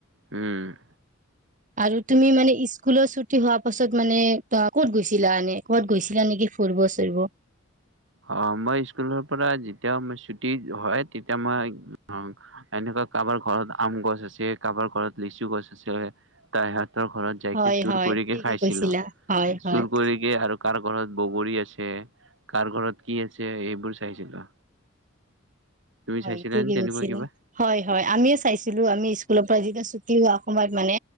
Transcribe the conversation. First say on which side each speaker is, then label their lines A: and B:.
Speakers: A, on the right; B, on the right.
A: উম',
B: আৰু তুমি মানে স্কুল চুট ছুটি হোৱা পাছত মানে ত ক'ত গৈছিলা। এনে ক'ত গৈছিলা নেকি ফুৰিব চুৰিব।
A: অ', মই স্কুলৰ পৰা যেতিয়া ছুটি হয়। তেতিয়া মই এনেকুৱা কাৰোবাৰ ঘৰত আম গছ আছে। কাৰোবাৰ ঘৰত লিচু গছ আছে। ত সহঁতৰ ঘৰত যাইকে
B: হয়
A: চুৰ
B: হয়
A: কৰিকে
B: ঠিকে
A: খাইছিলো
B: কৈছিলা হয়
A: চুৰ
B: হয়
A: কৰিকে আৰু কাৰ ঘৰত বগৰী আছে। কাৰ ঘৰত কি আছে। এইবোৰ চাইছিলো। তুমি
B: হয়
A: চাইছিলানে
B: ঠিকেই
A: তেনেকুৱা
B: কৈছিলা।
A: কিবা
B: হয় হয় আমিও চাইছিলো। আমি স্কুলৰ পৰা যতিয়া ছুটি হোৱা সময়ত মানে